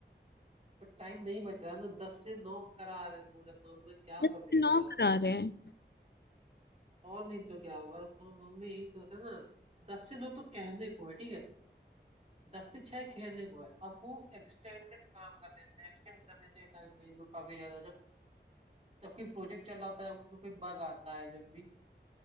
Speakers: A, on the right; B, on the left.
A: पर टाइम नहीं बच रहा है ना दस से नौ करा रहे हैं पूरा काम मैं क्या
B: दस
A: कर
B: से
A: लूंगा
B: नौ करा रहे हैं
A: और नहीं तो क्या वर्क फ्रॉम होम में ही तो था ना दस से नौ तो कहने को है ठीक है दस से छह कहने को है अब वो एक्सटेंडेड काम कर देते हैं एक्सटेंड कर देते हैं टाइम लाइन को काफी ज्यादा जब जब कोई प्रोजेक्ट चल रहा होता है उसमें कोई बग आता है जब भी